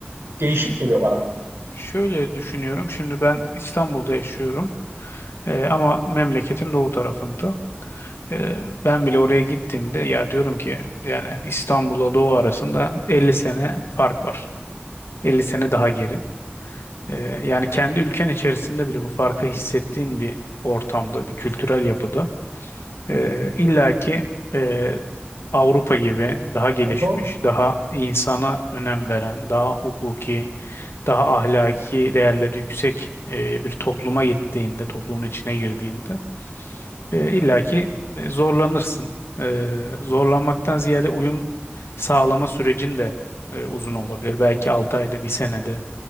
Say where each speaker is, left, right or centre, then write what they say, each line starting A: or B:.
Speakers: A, on the right (about 85°); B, on the left (about 80°).
A: değişik
B: ş-
A: geliyor bana.
B: şöyle düşünüyorum. Şimdi ben İstanbul'da yaşıyorum. Ee, ama memleketim doğu tarafında. Ee, ben bile oraya gittiğimde ya diyorum ki yani İstanbul'la Doğu arasında 50 sene fark var. 50 sene daha geri. Ee, yani kendi ülken içerisinde bile bu farkı hissettiğin bir ortamda, bir kültürel yapıda e, illaki e, Avrupa gibi daha gelişmiş,
A: Hı hı.
B: daha insana önem veren, daha hukuki, daha ahlaki değerleri yüksek e, bir topluma gittiğinde, toplumun içine girdiğinde e, illa ki e, zorlanırsın. E, zorlanmaktan ziyade uyum sağlama sürecin de e, uzun olabilir. Belki 6 ayda, bir senede